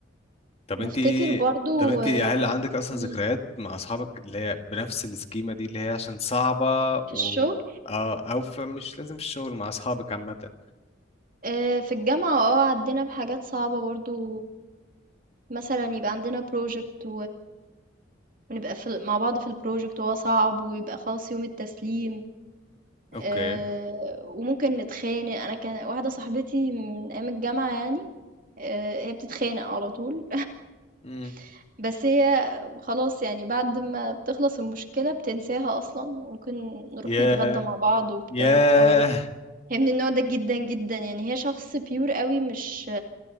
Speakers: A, on the left; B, on the right.
A: طب
B: بفتكر
A: انت ايه
B: برضو
A: طب انت
B: آه،
A: هل عندك اصلا
B: مم.
A: ذكريات مع اصحابك اللي هي بنفس السكيمة دي اللي هي عشان صعبة و...
B: في الشغل
A: اه او فمش لازم في الشغل مع اصحابك عامة
B: آه، في الجامعة اه عدينا بحاجات صعبة برضو مثلا يبقى عندنا بروجكت ونبقى في مع بعض في البروجكت وهو صعب ويبقى خلاص يوم التسليم
A: اوكي
B: آه، وممكن نتخانق انا كان واحده صاحبتي من ايام الجامعه يعني آه، هي بتتخانق على طول
A: امم
B: <laughs> بس هي خلاص يعني بعد ما بتخلص المشكله بتنساها اصلا ممكن نروح
A: ياه
B: نتغدى مع بعض وبتاع
A: ياه
B: اه هي من النوع ده جدا جدا يعني هي شخص بيور قوي مش